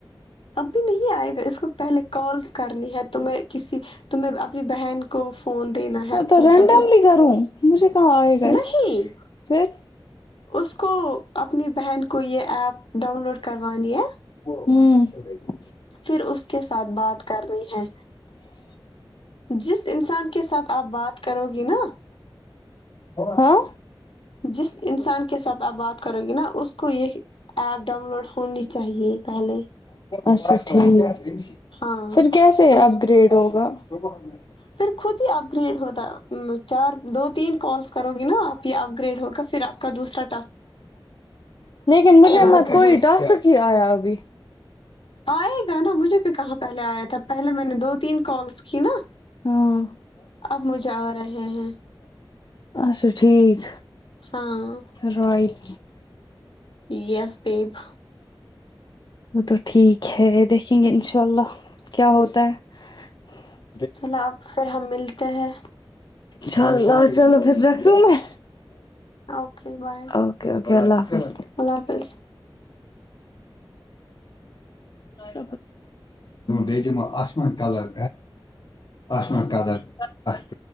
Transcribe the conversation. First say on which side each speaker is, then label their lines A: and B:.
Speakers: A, on the left; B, on the left.
A: اب بھی نہیں آئے گا اس کو پہلے کالس کرنی ہے تمیں کسی تمہیں اپنی بہن کو فون دینا ہے
B: تو
A: مطلب
B: رینڈملی
A: اس
B: کروں مجھے کہاں آئے گا
A: نہیں
B: اس پھر
A: اس کو اپنی بہن کو یہ ایپ ڈاؤن لوڈ کروانی ہے
B: ہوں
A: پھر اس کے ساتھ بات کرنی ہے جس انسان کے ساتھ آپ بات کرو گی نا
B: ہاں
A: جس انسان کے ساتھ آپ بات کرو گے نا اس کوئی ہی ایپ ڈاؤن لوڈ ہونی چاہیے پہلے
B: اچھا ٹھیک
A: ہاں
B: پھر کیسے
A: اس
B: اپ گریڈ ہوگا <unintelligible>
A: پھر خود ہی اپ گریڈ ہوتا چار دو تین کالس کرو گی نا آپ یہ اپ گریڈ ہوگا پھر آپ کا دوسر
B: لیکن مجھے مت
A: آتا
B: کوئی
A: ہے
B: ڈا سک ہی آیا ابھی
A: آئے نا مجھے بھی کہاں پہلے آیا تھا پہلے میں نے دو تین کالس کیھی نا
B: ہاں
A: اپ مجھے آ رہے ہیں
B: اچھا ٹھیک
A: ہاں
B: رائٹ
A: یس بیب
B: وہ تو ٹھیک ہے دیکھیں گے انشاءلہ چل کیا ہوتا ہے
A: چلو آپ پھر ہم ملتے ہیں
B: چلو چلو پھر رکھ سوں میں
A: اوکے بائے
B: اوکے اوکے اللہ حافظ
A: اللہ حافظ
B: د بی دم آما کلر آما کلر آٹ پ